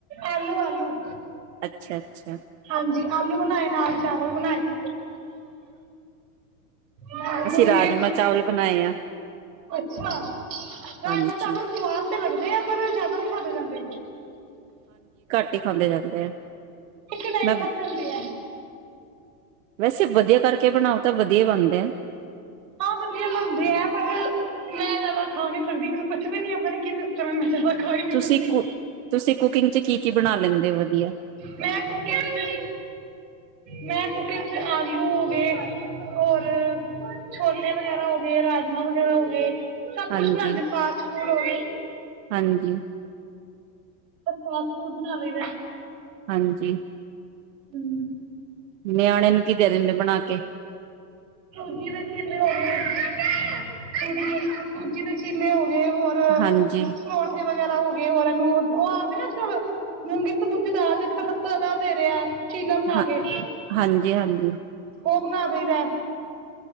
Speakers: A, on the right; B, on the right.
A: ਆਲੂ ਆਲੂ
B: ਅੱਛਾ ਅੱਛਾ
A: ਹਾਂਜੀ ਆਲੂ ਬਣਾਏ ਨਾਲ ਚਾਵਲ ਬਣਾਏ ਨਾਲ
B: ਅਸੀਂ
A: ਫੁਲਕੇ
B: ਰਾਜਮਾ ਚਾਵਲ ਬਣਾਏ ਆ
A: ਅੱਛਾ ਰਾਜਮਾ
B: ਹਾਂਜੀ
A: ਚਾਵਲ ਸਵਾਦ ਤੇ ਲੱਗਦੇ ਆ ਪਰ ਜ਼ਿਆਦਾ ਨੀ ਖਾਦੇ ਜਾਂਦੇ
B: ਖਾਦੇ ਜਾਂਦੇ ਆ
A: ਇੱਕ ਟਾਈਮ
B: ਮੈਂ
A: ਖਧ ਜਾਂਦੇ ਆ
B: ਵੈਸੇ ਵਧੀਆ ਕਰਕੇ ਬਣਾਓ ਤਾਂ ਵਧੀਆ ਬਣਦੇ ਆ
A: ਹਾਂ ਵਧੀਆ ਬਣਦੇ ਆ ਪਰ ਮੈਂ ਜ਼ਿਆਦਾ ਖਾ ਨਹੀਂ ਸਕਦੀ ਮੈਨੂੰ ਪੁੱਛ ਨੀ ਆਪਣੀ ਕੀ ਸਿਸਟਮ ਹੈ ਤਾ ਮੈਂ ਖਾਈ ਨੀ
B: ਤੁਸੀਂ
A: ਸਕਦੀ
B: ਕੁ ਤੁਸੀਂ ਕੁਕਿੰਗ ਚ ਕੀ ਕੀ ਬਣਾ ਲੈਂਦੇ ਹੋ ਵਧੀਆ
A: ਮੈਂ ਕੁਕਿੰਗ ਚ ਮੈਂ ਕੁਕਿੰਗ ਚ ਆਲੂ ਹੋ ਗਏ ਹੋਰ ਛੋਲੇ ਵਗੈਰਾ ਹੋ ਗਏ, ਰਾਜਮਾਂ ਵਗੈਰਾ ਹੋ ਗਏ। ਸਭ
B: ਹਾਂਜੀ
A: ਕੁਛ ਬਣਾਉਂਦੇ ਫਾਸਟ ਪੂੜ ਵੀ
B: ਹਾਂਜੀ।
A: ਬ ਫਸ ਫੂਡ ਬਣਾ ਲਈਦਾ।
B: ਹਾਂਜੀ।
A: ਹਮ
B: ਨਿਆਣੇ ਨੂੰ ਕੀ ਦੇ ਦਿੰਦੇ ਬਣਾ ਕੇ।
A: ਸੂਜੀ ਦੇ ਚਿਲੇ ਹੋ ਗਏ ਸੂਜੀ ਸੂਜੀ ਦੇ ਚਿਲੇ ਹੋ। ਹੋਰ
B: ਹਾਂਜੀ
A: ਪਰੋਠੇ ਵਗੈਰਾ ਹੋ ਗਏ ਹੋਰ ਇਹਨੂੰ ਉਹ ਆਉਂਦੇ ਨਾ ਅੱਜਕਲ ਮੂੰਗੀ ਸਬੂਤੀ ਦਾਲ ਅੱਜਕਲ ਸੱਤਰ ਹਜ਼ਾਰ ਦੇ ਰਿਹਾ ਚੀਲਾ ਬਣਾ
B: ਹਾਂ
A: ਕੇ।
B: ਹਾਂਜੀ ਹਾਂਜੀ
A: ਉਹ ਬਣਾ ਦਈਦਾ